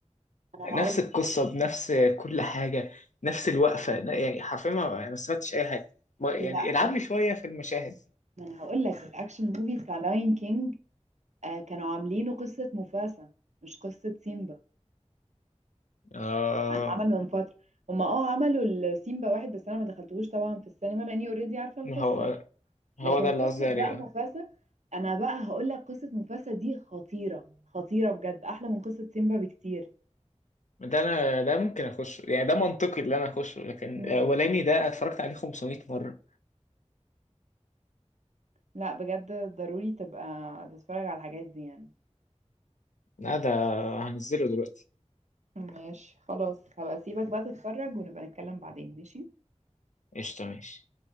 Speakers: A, on the right (about 75°); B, on the left (about 85°).
A: انا هقول
B: نفس
A: لك
B: القصه بنفس كل حاجه نفس الوقفه ن- يعني حرفيا ما ما استفدتش اي حاجه ما- يعني
A: لا
B: العبني
A: أنا-
B: شويه في المشاهد
A: ما انا هقول لك الاكشن موفي بتاع لاين كينج آه كانوا عاملينه قصه مفاسا مش قصه سيمبا
B: اه
A: اتعمل من فترة هما اه عملوا السيمبا واحد بس انا ما دخلتهوش طبعا في السينما لاني اوريدي عارفة القصة
B: هو هو
A: لكن
B: ده اللي
A: قصة
B: قصدي عليه
A: بقى مفاسة
B: آه.
A: انا بقى هقول لك قصة مفاسة دي خطيرة خطيرة بجد احلى من قصة سيمبا بكتير
B: ده انا ده ممكن اخشه يعني ده منطقي اللي انا اخشه لكن
A: مم.
B: الاولاني ده اتفرجت عليه 500 مره
A: لا بجد ضروري تبقى تتفرج على الحاجات دي يعني
B: لا ده هنزله دلوقتي
A: ماشي خلاص هبقى اسيبك بقى تتفرج ونبقى نتكلم بعدين ماشي
B: قشطة ماشي